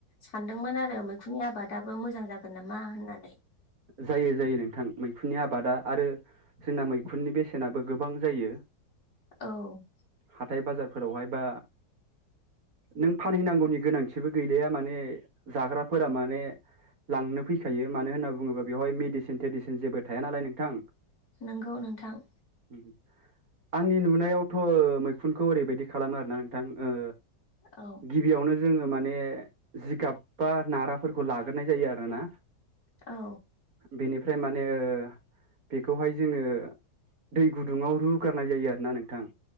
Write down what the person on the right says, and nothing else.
जायो जायो नोंथां मैखुननि आबादा आरो जोंना मैखुननि बेसेनाबो गोबां जायो।
हाथाय बाजारफोरावहाय बा नों फानहैनांगौनि गोनांथिबो गैलाया माने जाग्राफोरा माने लांनो फैखायो मानो होनना बुङोबा बेवहाय मेडिसेन थेदिसेन जेबो थाया नालाय नोंथां।
उम आंनि नुनायावथ' मैखुनखौ ओरैबायदि खालामो आरोना नोंथां ओ
गिबियावनो जोङो माने जिगाब बा नाराफोरखौ लाग्रोनाय जायो आरोना
बेनिफ्राय माने ओ बेखौहाय जोङो दै गुदुङाव रुगारनाय जायो आरोना नोंथां।